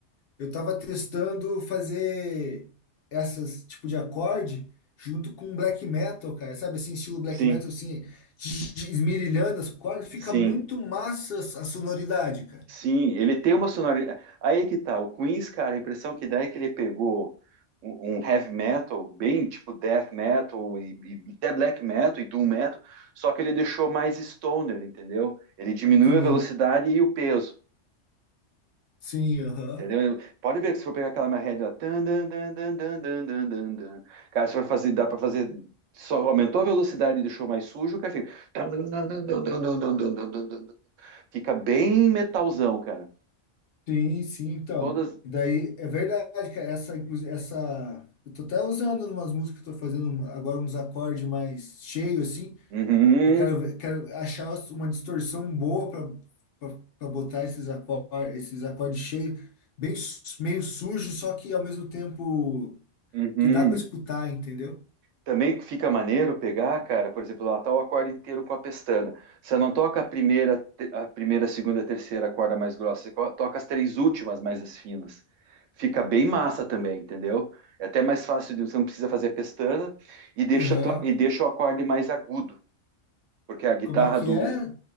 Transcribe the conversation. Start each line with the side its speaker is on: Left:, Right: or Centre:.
Left: Eu tava testando fazer essas tipo de acorde junto com black metal, cara. Sabe assim, estilo black
Right: sim,
Left: metal assim, de- de- esmirilhando as cordas, fica
Right: sim.
Left: muito massa a sonoridade, cara.
Right: Sim, ele tem uma sonoridade. Aí é que tá. O Queens, cara, a impressão que dá é que ele pegou um, um heavy metal, bem tipo death metal, e, e até black metal e doom metal, só que ele deixou mais stoner, entendeu? Ele diminuiu
Left: Sim,
Right: a velocidade e o peso.
Left: sim, aham.
Right: Entendeu? Pode ver que se for pegar aquela minha head lá, tan, dan, dan, dan, dan, dan, dan, dan, dan. cara, se for fazer, dá pra fazer, só aumentou a velocidade e deixou mais sujo, o cara fica, tan, dan, dan, dan, dan, dan, dan, dan, dan, dan, dan. fica bem metalzão, cara.
Left: Sim, sim, então.
Right: Todas,
Left: E daí é verdade, cara, essa inclusive essa eu tô até usando umas músicas que eu tô fazendo agora uns acordes mais cheios assim.
Right: Uhum,
Left: Eu quero, ver- quero achar uma distorção boa para botar esses acordes, esses acordes cheios, bem, su- meio sujo, só que ao mesmo tempo
Right: Uhum.
Left: que dá para escutar, entendeu?
Right: Também fica maneiro pegar, cara, por exemplo, lá tá o acorde inteiro com a pestana. Você não toca a primeira, te- a primeira, a segunda, a terceira corda mais grossa, você co- toca as três últimas mais as finas. Fica bem massa também, entendeu? É até mais fácil, de- você não precisa fazer a pestana e deixa,
Left: Aham.
Right: a tua- e deixa o acorde mais agudo, porque a guitarra
Left: Como é que
Right: do.
Left: é?